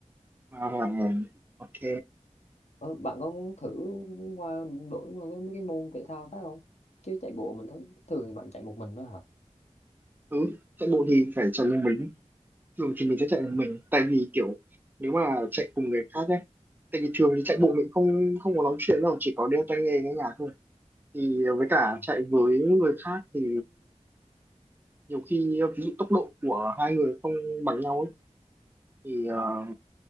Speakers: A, on the right (about 15°); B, on the left (about 65°).
A: à, à à, ok
B: Ờ, bạn có muốn thử qua đổi qua với mấy cái môn thể thao khác không? Chứ chạy bộ mình thấy thường thì bạn chạy một mình đó hả?
A: ừ chạy bộ thì phải chạy một mình thường thì mình sẽ chạy một mình tại vì kiểu nếu mà chạy cùng người khác ấy tại vì thường thì chạy bộ mình không không có nói chuyện đâu chỉ có đeo tai nghe nghe nhạc thôi thì với cả
B: Ờ,
A: chạy với người khác thì nhiều khi ờ, ví dụ tốc độ của hai người không bằng nhau ấy thì ờ,